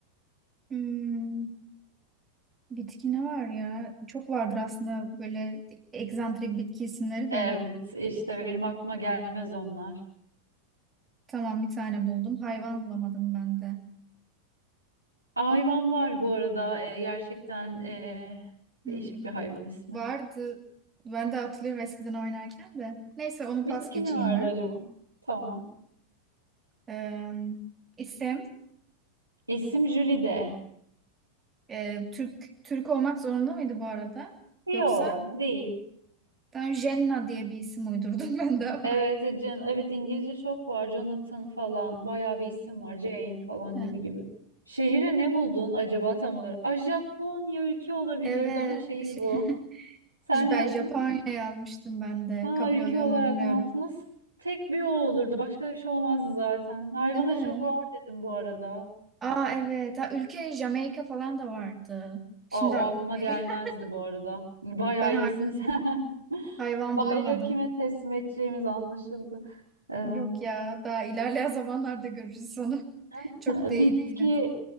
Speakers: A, on the right (about 20°); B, on the right (about 85°).
A: Hmm, bitki ne var ya? Çok vardır aslında böyle egzantrik bitki isimleri de.
B: Evet işte benim aklıma gelmez onlar.
A: Tamam bir tane buldum. Hayvan bulamadım ben de.
B: Hayvan var bu arada e, gerçekten e,
A: Hmm,
B: değişik bir hayvan ismi.
A: vardı. Ben de hatırlıyorum eskiden oynarken de. Neyse onu pas
B: Bitki
A: geçeyim
B: ne vardı
A: ben.
B: acaba? Tamam.
A: Ee, isim
B: İsim Jülide.
A: e, Türk Türk olmak zorunda mıydı bu arada?
B: Yo
A: Yoksa
B: değil.
A: ben Jenna diye bir isim uydurdum <laughs> ben de ama.
B: Evet e, can, evet İngilizce çok var. Jonathan falan bayağı bir isim var. Jane falan
A: He.
B: gibi gibi. Şehri ne buldun acaba tam olarak? A, Japonya ülke olabilirdi
A: Evet.
B: ama şehir
A: Şey,
B: bu. Sen
A: <laughs>
B: ne
A: ben
B: yazdın?
A: Japonya yazmıştım ben de.
B: Ha
A: Kabul
B: ülke
A: oluyor
B: olarak
A: mu bilmiyorum.
B: mantı nasıl? Tek bir o olurdu. Başka da bir şey olmazdı zaten. Hayvana
A: Değil mi?
B: jaguar dedim bu arada.
A: Aa evet. Ha, ülke Jamaika falan da vardı. Şimdi
B: Aa, o
A: aklıma
B: aklıma
A: geliyor.
B: gelmezdi bu arada. Bayağı
A: Ben hay-
B: iyisin sen. <laughs>
A: hayvan
B: Bayrağı
A: bulamadım.
B: kime teslim edeceğimiz anlaşıldı. Eee,
A: Yok ya, daha ilerleyen <laughs> zamanlarda görürüz onu. <laughs>
B: <laughs>
A: Çok da iyi
B: bitki
A: değilim.